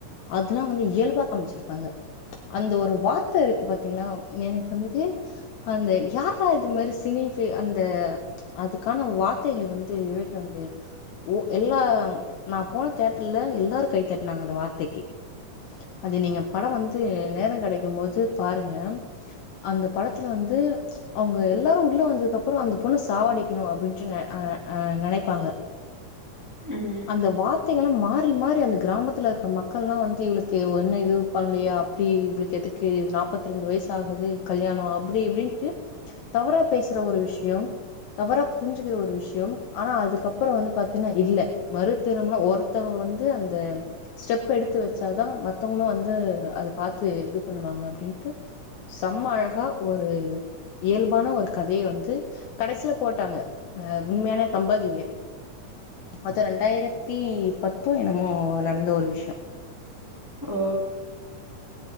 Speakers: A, on the left; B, in the centre.
A: அதெல்லா வந்து இயல்பா காமிச்சிருப்பாங்க அந்த ஒரு வார்த்த இருக்கு பாத்தீங்களா எனக்கு வந்து அந்த யார்ரா இது மாரி சினி ஃப் அந்த அதுக்கான வா ர்த்தைகள் வந்து எழுதுனது ஒ எல்லா நா போன தியேட்டர்ல எல்லாரு கைத்தட்டினாங்க அந்த வார்த்தைக்கி
B: <inaudible>
A: அது நீங்க படோ வந்து நேரோ கெடைக் கி போது பாருங்க அந்த படத்துல வந்து அவுங்க எல்லாரு உள்ள வந்ததுக்கு அப்றோ அந்த பொண்ணு சாவடிக்கணு அப்டின்டு நெ அ அ நெனைப்பாங்க
B: ம்.
A: அந்த வா ர்த்தைகள மாறி மாறி அந்த கிராமத்துல இருக்க மக்கள் எல்லா வந்து இவளுக்கு என்ன இது பண்ணலையா அப்டி இவளுக்கு எ க்கு நாப்பத்தி ரெண்டு வயசு ஆகுது கல்யாணோ அப்டி இப்டின்ட்டு தவறா பேசுற ஒரு விஷ்யோ தவற புரிஞ்சுக்கிற ஒரு விஷ் யோ ஆனா அதுக்கப்றோ வந்து பாத்தீங்கன்னா இல்ல மறு திருமணோ ஒருத்தவங்க வந்து அந்த ஸ்டெப் எடுத்து வச்சாதா மத்தவங்களு வந்து அத பாத்து இது பண்ணுவாங்க அப்டின்ட்டு ச ம்ம அழகா ஒரு இயல்பான ஒரு கதைய வந்து கடைசியில போட்டாங்க ஆ உண்மையான தம்பதிய அது ரெண்டாயிரத்தி பத்து என்னமோ நடந்த ஒரு விஷ்யோ
B: ஓ